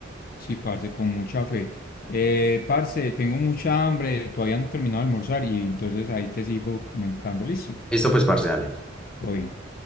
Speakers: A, on the left; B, in the centre.
A: Sí, parce, con mucha fe. Eh, parce, tengo mucha hambre, todavía no he terminado de almorzar y entonces ahí te sigo comentando, listo.
B: esto pues, parce, dale.
A: Todo bien.